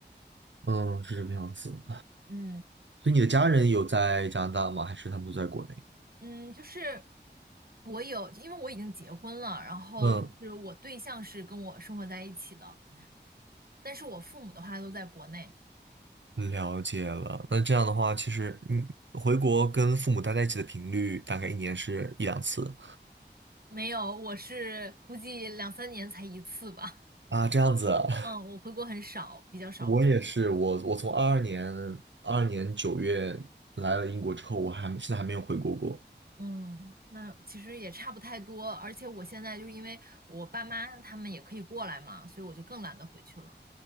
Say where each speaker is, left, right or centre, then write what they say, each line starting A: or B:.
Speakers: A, on the right (about 85°); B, on the right (about 55°).
A: 嗯，是这个样子。
B: 嗯，
A: 所以你的家人有在加拿大吗？还是他们都在国内？
B: 嗯，就是我有，因为我已经结婚了，然后就是我对象是跟我生活在一起的，
A: 嗯，
B: 但是我父母的话都在国内，
A: 了解了。那这样的话，其实你回国跟父母待在一起的频率大概一年是一两次
B: 没有，我是估计两三年才一次吧。
A: 啊，这样子啊。<laughs>
B: 嗯，我回国很少，比较少回去。
A: 我也是，我我从二二年二二年九月来了英国之后，我还现在还没有回国过。
B: 嗯，那其实也差不太多，而且我现在就是因为我爸妈他们也可以过来嘛，所以我就更懒得回去了，